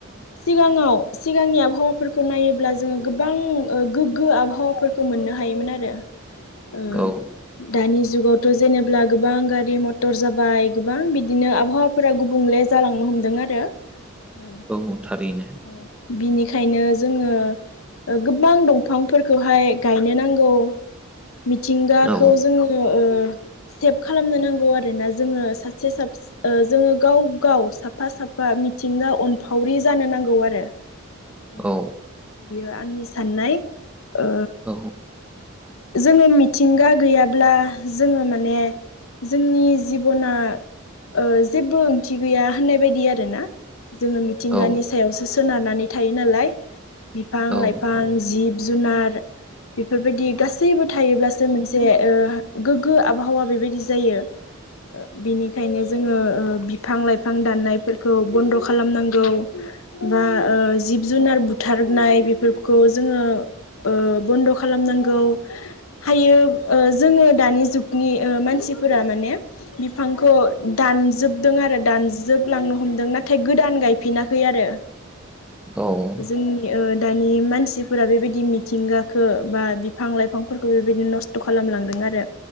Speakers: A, on the left; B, in the centre.
A: सिगाङाव सिगांनि आबहावाफोरखौ नायोब्ला जोङो गोबां ओ गोग्गो आबहावाफोरखौ मोननो हायोमोनआरो ओ
B: औ
A: दानि जुगाव जेनेब्ला गोबां गारि मटर जाबाय गोबां बिदिनो आबहावाफोरा गुबुंले जालांनो हमदों आरो ओ
B: औ थारैनो
A: ओ बिनिखायनोज जोंङो गोबां दंफांफोरखौहाय गायनो नांगौ मिथिंगा
B: औ
A: खौ जोङो ओ सेब खालामनो नांगौ आरोना जोङो सा साबस साबस ओ जोङो गाव गाव साफा साफा मिथिंगा अनफावरि जानो नांगौ आरो अ
B: औ
A: बियो आंनि साननाय ओ
B: औ
A: जोंङो मिथिंगा गैयाब्ला जोङो माने जोंनि जिबना ओ जेबो ओंथि गैया होननाय बायदि आरोना जोंङो मिथिंगानि
B: औ
A: सायावसो सोनारनानै थायो नालाय बिफां
B: औ
A: लाइफां जिब- जुनार बेफोरबायदि गासैबो थायोब्लासो मोनस ए ओ गोग्गो आबहावा बेबायदि जायो। ओ बिनिखायनो जोङो बिफां लाइफां दाननायफोरखौ बन्द' खालामनांगौ बा ओ जिब जुनार बु बुथारदनाय बेफोरखौ जोङो ओ बन्द' खालामनांगौ हायो ओ जोङो दानि जुगनि ओ मानसिफोरा माने बिफांखौ दानजोबदों आरो दानजोबलांनो हमदों नाथाय गोदान गायफिनाखै आरो
B: औ
A: जोंनि ओद दानि मानसिफोरा बेबायदि मिथिंगााखो बा बिफां लाइफांफोरखौ बेबायदि नस्थ खथ खालामलांदों आरो